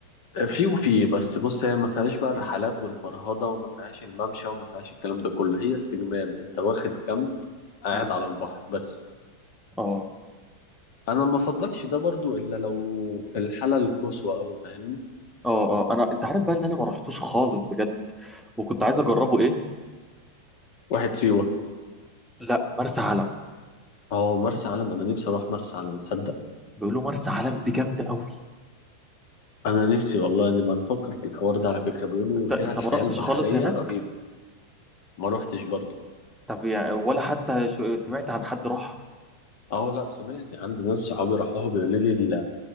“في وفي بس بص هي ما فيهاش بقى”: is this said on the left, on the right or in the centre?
Left